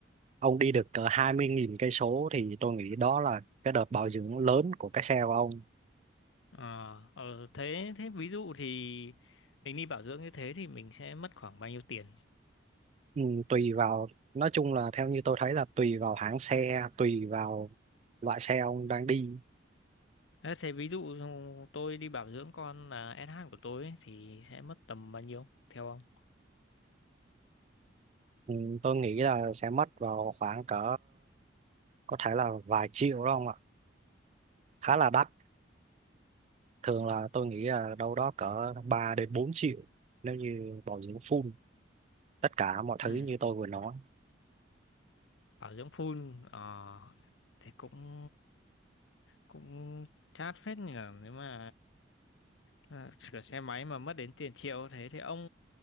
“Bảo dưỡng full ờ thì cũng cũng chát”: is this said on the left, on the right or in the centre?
Left